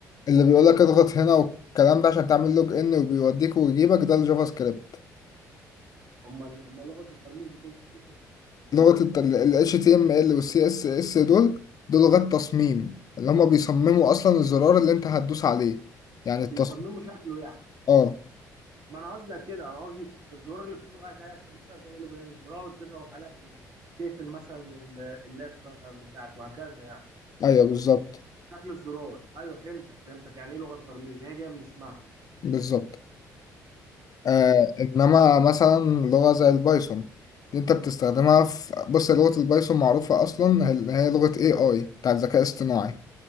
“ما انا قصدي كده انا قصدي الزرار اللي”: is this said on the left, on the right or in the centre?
Right